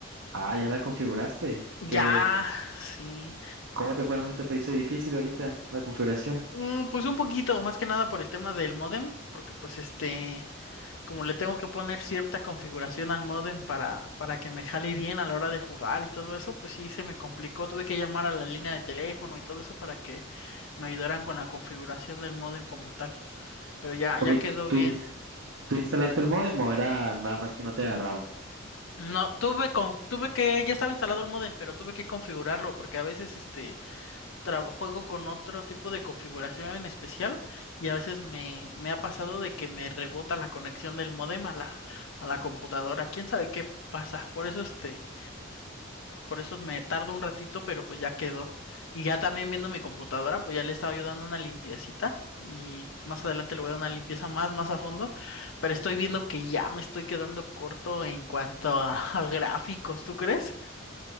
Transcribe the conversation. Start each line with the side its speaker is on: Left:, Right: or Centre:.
Right: Ah, ya la configuraste.
Left: Ya,
Right: ¿Qué?
Left: sí.
Right: ¿Cómo te fue? ¿No se te fue? Hizo difícil ahorita la configuración.
Left: Mm, pues un poquito, más que nada por el tema del módem, porque pues este, como le tengo que poner cierta configuración al modem para, para que me jale bien a la hora de jugar y todo eso, pues sí se me complicó. Tuve que llamar a la línea de teléfono y todo eso para que me ayudaran con la configuración del modem como tal. Pero ya,
Right: Ok,
Left: ya quedó
Right: ¿tú,
Left: bien.
Right: ins- tú instalaste el módem o era nada más que no te agarraba?
Left: No, tuve con, tuve que, ya estaba instalado el modem, pero tuve que configurarlo porque a veces este trabo- juego con otro tipo de configuración en especial y a veces me, me ha pasado de que me rebota la conexión del modem a la, a la computadora. ¿Quién sabe qué pasa? Por eso este Por eso me tardo un ratito, pero pues ya quedó. Y ya también viendo mi computadora, pues ya le estaba yo dando una limpiecita. Y pues, más adelante le voy a dar una limpieza más, más a fondo. Pero estoy viendo que ya me estoy quedando corto en cuanto a, <laughs> a gráficos, ¿tú crees?